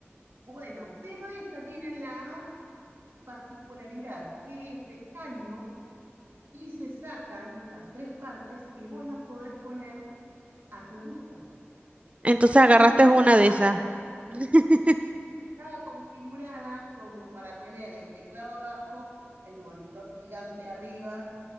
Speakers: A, on the right; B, on the right.
A: bueno, pero esta tiene la particularidad que es de caño y se sacan las tres partes y vos las podés poner a tu gusto.
B: Entonces agarraste
A: Y esta estaba
B: una de esas. <laughs>
A: Sí, porque estaba configurada como para tener el teclado abajo, el monitor gigante arriba,